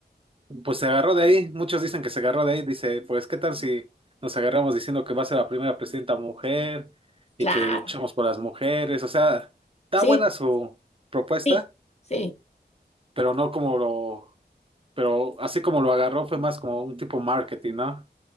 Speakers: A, on the right (about 30°); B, on the left (about 40°).
A: pues se agarró de ahí. Muchos dicen que se agarró de ahí. Dice, pues, ¿qué tal si nos agarramos diciendo que va a ser la primera presidenta mujer y
B: claro,
A: que luchamos por las mujeres? O sea, está
B: sí,
A: buena su propuesta,
B: sí, sí,
A: pero no como lo, pero así como lo agarró fue más como un tipo marketing, ¿no?